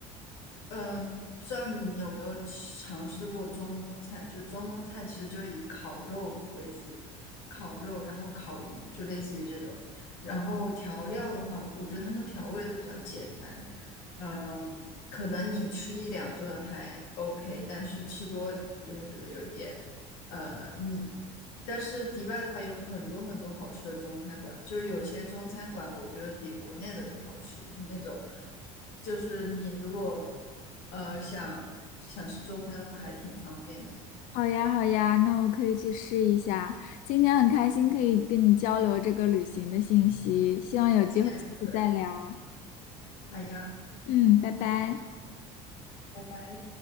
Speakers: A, on the left; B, on the left.
A: 嗯，不知道你有没有吃尝试过中东菜？就中东菜其实就以烤肉为主，烤肉，然后烤鱼，就类似于这种。然后调料的话，我觉得他们调味都比较简单。嗯，可能你吃一两顿还 OK，但是吃多了就会觉得有一点呃腻。但是迪拜的话有很多很多好吃的中餐馆，就是有些中餐馆我觉得比国内的都好吃，就是那种，就是你如果呃想想吃中餐的话，还挺方便的这边。
B: 好呀，好呀，那我可以去试一下。今天很开心可以跟你交流这个旅行的信息，希望有机会下次再聊。
A: 你也是，好呀，
B: 嗯，拜拜。
A: 拜拜。